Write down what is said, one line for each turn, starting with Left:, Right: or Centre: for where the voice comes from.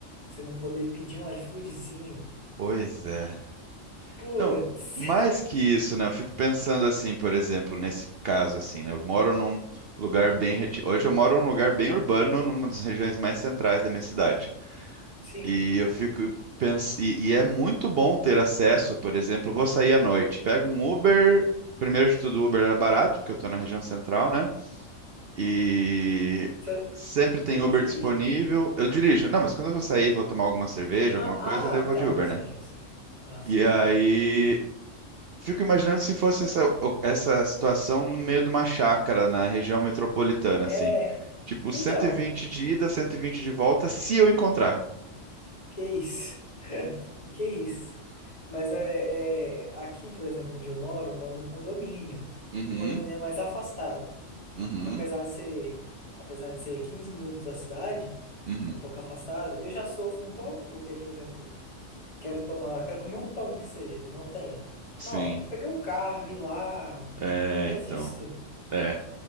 Left: Você não poder pedir um iFoodzinho.
Right: Pois é.
Left: Putz.
Right: Não, mais que isso, né? Eu fico pensando assim, por exemplo, nesse caso assim, né? Eu moro num lugar bem reti... Hoje eu moro num lugar bem urbano, numa das regiões mais centrais da minha cidade.
Left: <laughs> Sim,
Right: E eu fico pensando. E, e é muito bom ter acesso, por exemplo, vou sair à noite, pego um Uber. Primeiro de tudo, o Uber era barato, porque eu tô na região central, né? E
Left: sim. Você
Right: sempre tem
Left: você não
Right: Uber
Left: dirige?
Right: disponível. Eu dirijo. Não, mas quando eu vou sair, vou tomar alguma cerveja,
Left: Ah,
Right: alguma coisa, daí eu
Left: ah,
Right: vou
Left: tá,
Right: de Uber,
Left: sim,
Right: né?
Left: assim. Ah, sim,
Right: E
Left: claro.
Right: aí. Fico imaginando se fosse essa, essa situação no meio de uma chácara na região metropolitana, assim.
Left: É,
Right: Tipo,
Left: então,
Right: cento e vinte de ida, 120 de volta, se eu encontrar.
Left: que isso? <laughs> Que isso? Mas é, é, aqui, por exemplo, onde eu moro, eu moro num condomínio.
Right: Uhum,
Left: E o condomínio é mais afastado.
Right: uhum,
Left: Apesar de ser, apesar de ser 15 minutos da cidade,
Right: uhum.
Left: é um pouco afastado. Eu já sofro um pouco porque, por exemplo, quero tomar, quero comer um pão que seja, e não tem.
Right: Sim,
Left: Não, pra pegar o carro e ir lá,
Right: é,
Left: eu já desisto.
Right: então, é.